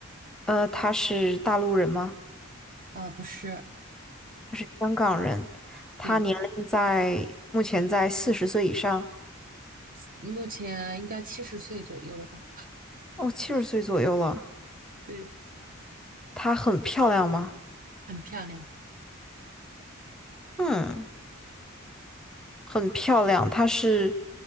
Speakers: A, in the centre; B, on the right.
A: 呃，她是大陆人吗？
B: 啊、不是，
A: 她是香港人，她年龄在目前在四十岁以上，
B: 对，目前应该七十岁左右了吧，
A: 哦，七十岁左右了。
B: 对，<laughs>
A: 她很漂亮吗？
B: 很漂亮，
A: 嗯，很漂亮。她是